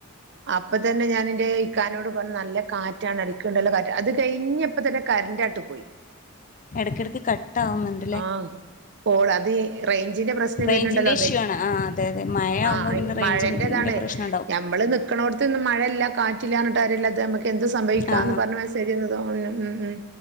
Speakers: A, on the right; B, on the left.
A: അപ്പൊ തന്നെ ഞാന എന്റെ ഈക്കാനോട് പറഞ് നല്ല കാറ്റാണ്, അടിക്ണ്ടല്ലോ കാറ്റ്. അത് കഴിഞ്ഞപ്പോ തന്നെ കറന്റ് അങ്ങോട്ട്‌ പോയി.
B: ഇടയ്ക്കിടയ്ക്ക് കട്ട ആവുന്നുണ്ട്.
A: ആഹ് കോൾ അത് റേഞ്ചിന്റെ പ്രശ്നം
B: റേഞ്ചിന്റെ
A: വരുന്നുണ്ടല്ലോ?
B: ഇഷ്യൂ ആണ് ആ അതെ അതെ മഴ ആവുമ്പോ
A: ആഹ്,
B: പിന്നെ റേഞ്ചിന്റെ
A: മഴൻ്റേതാണ്.
B: പ്രശ്നം ഉണ്ടാവും
A: ഞമ്മള് നിക്കണോട്ത് ന്ന് മഴല്ല, കാറ്റില്ല പറഞ്ഞിട്ട് കാര്യം ഇല്ലാത്ത നമ്മക്ക് എന്ത് സംഭവിക്കാ
B: ആ
A: എന്ന് പറഞ്ഞ മെസേജ്ന്ന് തോന്നുന്നു. ഉം, ഉം